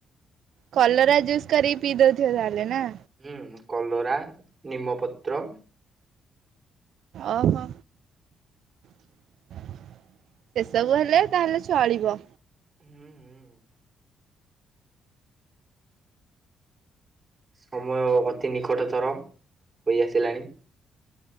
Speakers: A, on the right (about 70°); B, on the right (about 25°).
A: କଲରା ଜୁସ୍ କରିକି ପିଇଦୋଉଥିବ ତାହେଲେ ନାଁ?
B: ହୁଁ କଲରା ନିମପତ୍ର
A: ଓହୋ <inaudible> ସେସବୁ ହେଲେ ତାହେଲେ ଚଳିବ।
B: ହୁଁ ହୁଁ। ସମୟ ଅତି ନିକଟତର ହୋଇ ଆସିଲାଣି।